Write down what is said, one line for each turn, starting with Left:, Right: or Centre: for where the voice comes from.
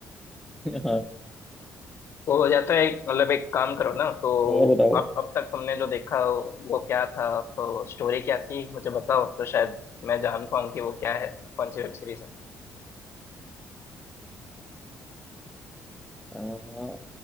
Centre: है <laughs> हाँ
Left: तो या तो एक मतलब एक काम करो ना तो
Centre: और बताओ
Left: अब अब तक तुमने जो देखा वो क्या था तो स्टोरी क्या थी मुझे बताओ तो शायद मैं जान पाऊँ कि वो क्या है कौन सी वेब सीरीज है
Centre: अ,